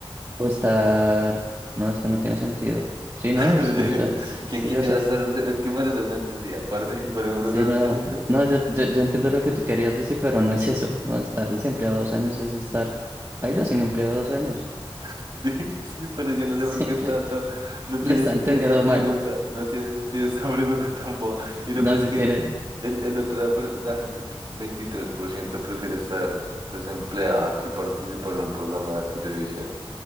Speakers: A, on the right (about 30°); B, on the right (about 50°).
A: o estar, no, es que no tiene sentido. Sí, no,
B: <laughs>
A: es, o sea, s-
B: ¿Quién
A: sí,
B: quisiera
A: o sea, s-
B: estar? des- Es que por eso no entendía. ¿Participar en un programa
A: sí, no,
B: de televisión?
A: no, yo, yo, yo entiendo lo que tú querías decir, pero no es eso, no, estar desempleado dos años es estar, baila sin empleo dos años. <laughs>
B: <laughs> Sí, sí, pero yo no
A: Sí,
B: sé por qué está
A: lo,
B: todo. No tiene
A: lo está
B: sentido
A: entendiendo
B: esta pregunta.
A: mal,
B: No tiene sentido esta pregunta tan boba. Y lo
A: no,
B: peor es
A: si
B: que
A: tiene,
B: el, el otro, la, per- la gente, 23% prefiere estar desempleada que participar en un programa de televisión.